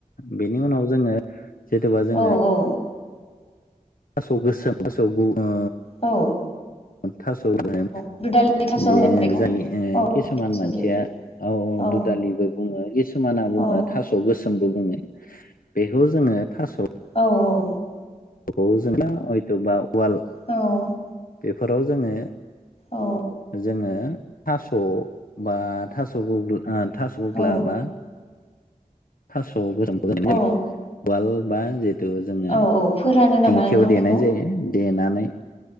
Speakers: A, on the left; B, on the left.
A: बेनि उनाव जोङो जेथुबा जोङो
B: औ औ
A: थास' गोसोम थास गु ओ
B: औ
A: थास' होनो
B: औ दुदालि थास' होनो
A: जे
B: बेखौ
A: जाय
B: औ
A: किसुमान
B: थास'
A: मानसिया
B: दु
A: औ-औ
B: औ
A: दुदालिबो बुङो किसुमाना बुङो
B: औ
A: थास' गोसोमबो बुङो बेखौ जोङो थास'
B: औ-औ
A: <unintelligible> खौ जोंना हयथ'बा उवाल
B: औ
A: बेफोराव जोङो
B: औ
A: जोङो थास' बा थास'बुरगोला थास' गुग्ला
B: औ
A: बा थास' गोसोमखौ होनाय जायो
B: औ
A: उवाल बा जे जेतु जोङो
B: औ औ फोरानो नामा
A: दिंखियाव
B: नोंथां
A: देनाय
B: बेखौ
A: जायो देनानै